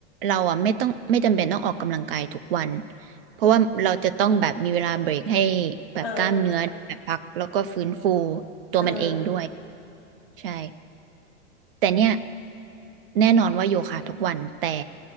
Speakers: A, on the right; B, in the centre.
A: เราอ่ะไม่ต้องไม่จำเป็นต้องออกกำลังกายทุกวันเพราะว่าเราจะต้องแบบมีเวลาเบรกให้
B: <laughs>
A: แบบกล้ามเนื้อแบบพักแล้วก็ฟื้นฟู
B: เออ
A: ตัวมันเองด้วย
B: เออ
A: ใช่แต่เนี่ยแน่นอนว่าโยคะทุกวันแต่